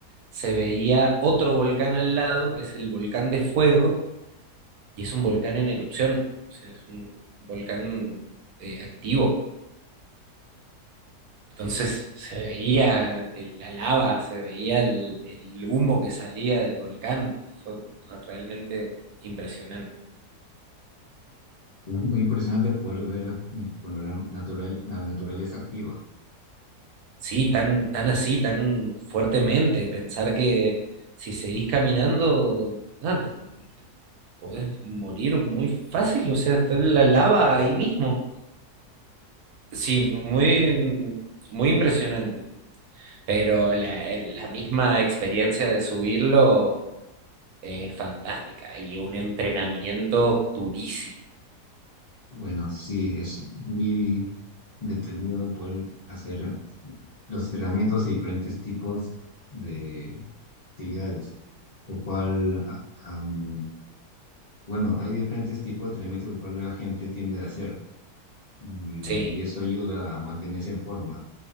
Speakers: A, on the right; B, on the left.
A: se veía otro volcán al lado, que es el volcán de fuego, y es un volcán en erupción, o sea, es un volcán eh, activo. Entonces se veía el- la lava, se veía el, el humo que salía del volcán. Fue realmente impresionante.
B: Es Muy impresionante poder ver eh, bueno, la, natural, la naturaleza activa.
A: Sí, tan, tan así, tan fuertemente, pensar que si seguís caminando, ah, te, te podés morir muy fácil, o sea, está la lava ahí mismo. Sí, muy, muy impresionante. Pero la, la misma experiencia de subirlo Es fantástica y un entrenamiento durísimo.
B: Bueno, sí, es muy detenido poder hacer eh, los entrenamientos y diferentes tipos de actividades, lo cual, ah, am, bueno, hay diferentes tipos de entrenamientos, lo cual la gente tiende a hacer y
A: Sí,
B: eso ayuda a mantenerse en forma.